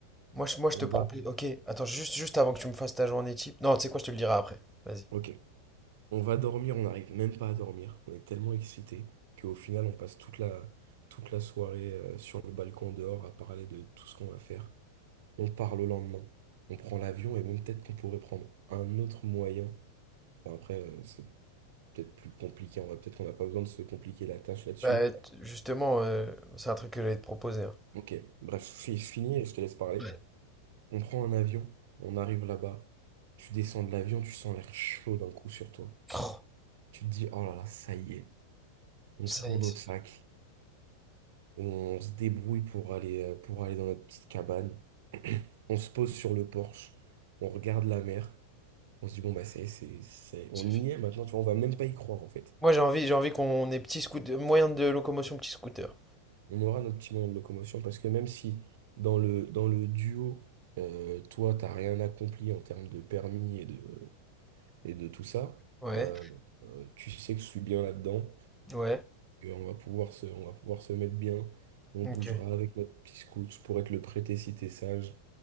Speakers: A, in the centre; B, on the right.
A: moi je, moi, je te
B: On
A: propose.
B: va.
A: Ok, attends, juste, juste avant que tu me fasses ta journée type. Non, tu sais quoi, je te le dirai après. Vas-y.
B: Ok. On va dormir, on n'arrive même pas à dormir. On est tellement excités qu'au final, on passe toute la, toute la soirée euh, sur le balcon dehors à parler de tout ce qu'on va faire. On part le lendemain. On prend l'avion et même peut-être qu'on pourrait prendre un autre moyen. Enfin, après, euh, c'est peut-être plus compliqué. On va peut-être qu'on n'a pas besoin de se compliquer la tâche là-dessus.
A: Bah, t- justement, euh, c'est un truc que j'allais te proposer. hein.
B: Ok, bref, fi- fini et je te laisse parler.
A: Ouais.
B: On prend un avion, on arrive là-bas. Tu descends de l'avion, tu sens l'air chaud d'un coup sur toi.
A: Oh,
B: Tu te dis, oh là là, ça y est. On
A: ça
B: prend
A: y est,
B: notre
A: c'est fait,
B: sac. On se débrouille pour aller, euh, pour aller dans notre petite cabane. <clears throat> On se pose sur le porche. On regarde la mer. On se dit, bon, bah, c'est, c'est, c'est-
A: c'est
B: on
A: fini.
B: y est maintenant. Tu vois, on va même pas y croire, en fait.
A: Moi, j'ai envie, j'ai envie qu'on ait petit scooter, moyen de locomotion, petit scooter.
B: On aura notre petit moyen de locomotion parce que même si dans le, dans le duo, euh, toi, t'as rien accompli en termes de permis et de, et de tout ça,
A: Ouais,
B: euh, euh, tu sais que je suis bien là-dedans,
A: ouais,
B: que on va pouvoir se, on va pouvoir se mettre bien. On
A: ok.
B: bougera avec notre petit scout pour être le prêté si t'es sage.